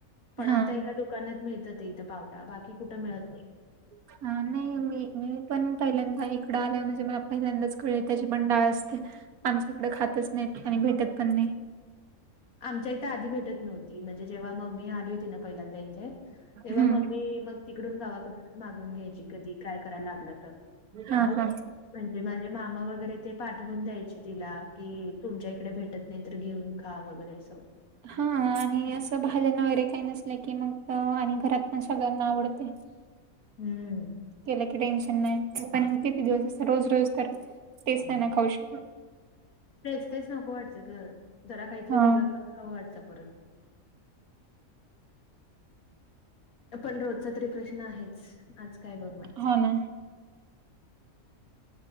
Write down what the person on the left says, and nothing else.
पण
आता एका दुकानात मिळतात इथं पावटा बाकी कुठं मिळत नाही.
आमच्या इथे आधी भेटत नव्हती म्हणजे जेव्हा मम्मी आली होती ना पहिल्यांदा इथे तेव्हा
मम्मी मग तिकडून गावाकडून मागून घ्यायची कधी काय करायला लागलं तर
म्हणजे माझे मामा वगैरे ते पाठवून द्यायचे तिला कि तुमच्या इकडे भेटत नाही तर घेऊन घा वगैरे असं.
हम्म.
तेच तेच नको वाटचं जरा काहीतरी
वेगळं पण खावं वाटचं परत पण रोजचा तरी प्रश्न आहेच आज काय बोलणार.